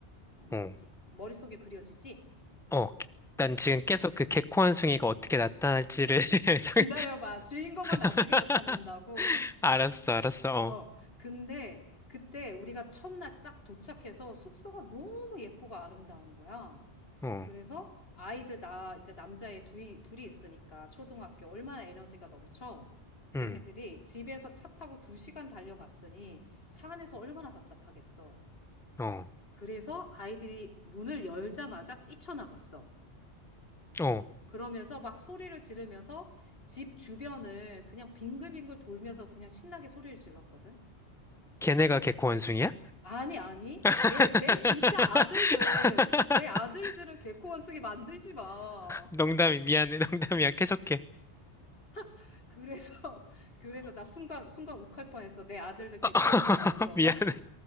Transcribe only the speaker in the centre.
어.
어, 난 지금 계속 그 개코원숭이가 어떻게 나타날지를 <laughs>
상-
<laughs>
알았어, 알았어.
어, 어,
음,
어,
어.
걔네가 개코원숭이야?
<laughs>
농담이 미안해, 농담이야. 계속해.
어. <laughs>
미안해.